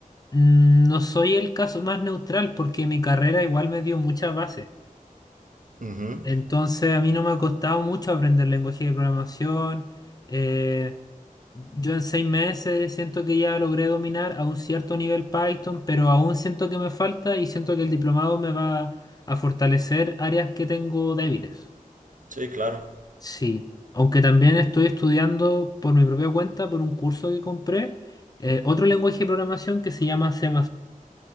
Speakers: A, on the left; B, on the right.
A: mm, no soy el caso más neutral porque mi carrera igual me dio muchas bases.
B: Ujú.
A: Entonces a mí no me ha costado mucho aprender lenguaje de programación. Eh, yo en seis meses siento que ya logré dominar a un cierto nivel Python, pero aún siento que me falta y siento que el diplomado me va a fortalecer áreas que tengo débiles.
B: Sí, claro.
A: Sí, aunque también
B: O-
A: estoy estudiando por mi propia cuenta, por un curso que compré, eh, otro lenguaje de programación que se llama C++.